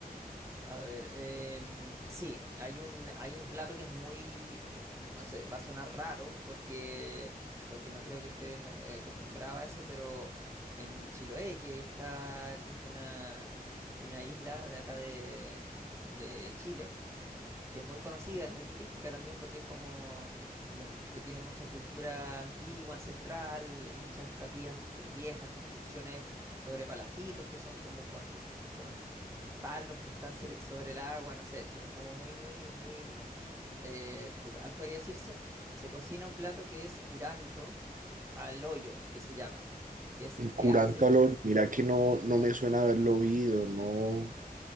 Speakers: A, on the right; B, on the right.
A: A ver, em, sí, hay un, hay un plato que es muy, eh, no sé, va a sonar raro porque, porque no creo que estén eh, acostumbrados a eso, pero en Chiloé, que está, que es una, una isla de acá de, de Chile, que es muy conocida, es muy turística también porque es como, como que tiene mucha cultura antigua, ancestral, muchas capillas viejas, construcciones sobre palafitos que son como con, con, con palos que están cer- sobre el agua, no sé, eso es como muy, muy, muy eh, rural, podría decirse. Se cocina un plato que es curanto al hoyo, que se llama, que es
B: Un Curar
A: que hacen...
B: calor, mira que no, no me suena haberlo oído, no,